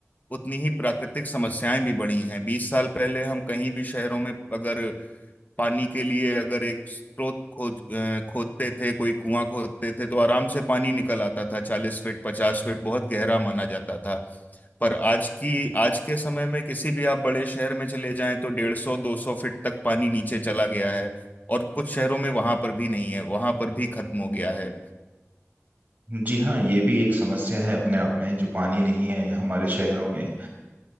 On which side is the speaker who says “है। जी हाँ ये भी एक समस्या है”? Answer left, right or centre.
Right